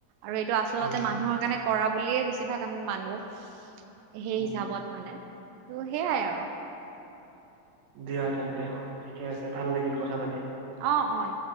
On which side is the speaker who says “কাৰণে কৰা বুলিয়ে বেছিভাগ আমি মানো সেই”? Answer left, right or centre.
Right